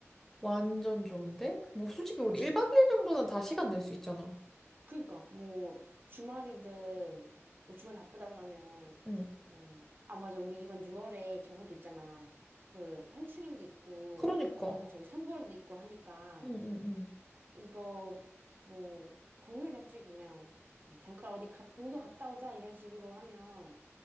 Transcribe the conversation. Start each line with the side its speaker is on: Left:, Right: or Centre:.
Centre: 완전 좋은데? 뭐, 솔직히
Right: 그치?
Centre: 우리 1박 2일 정도는 다 시간 낼 수 있잖아.
Right: 그니까 뭐 주말이든 뭐 주말에 바쁘다 그러면
Centre: 응.
Right: 뭐 아 맞아 우리 이번 6월에 저것도 있잖아 그 현충일도 있고
Centre: 그러니까.
Right: 뭐 저기 선거일도 있고 하니까
Centre: 응, 응, 응.
Right: 이거 뭐 공휴일에 솔직히 그냥 뭐 잠깐 어디 가, 근교 갔다 오자 이런 식으로 하면